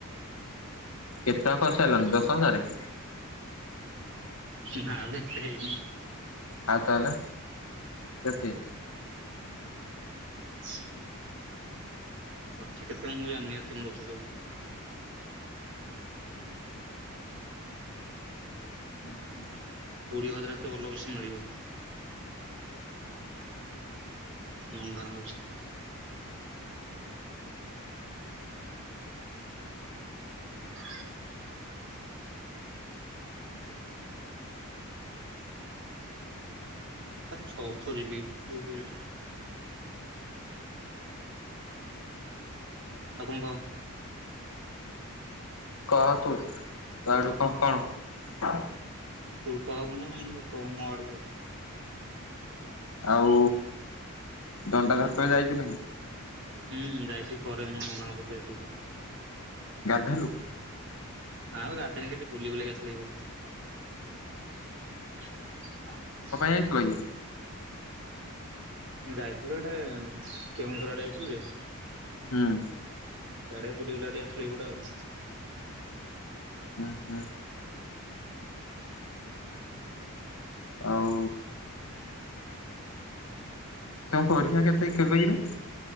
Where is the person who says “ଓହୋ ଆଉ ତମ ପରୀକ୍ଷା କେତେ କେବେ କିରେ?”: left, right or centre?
Left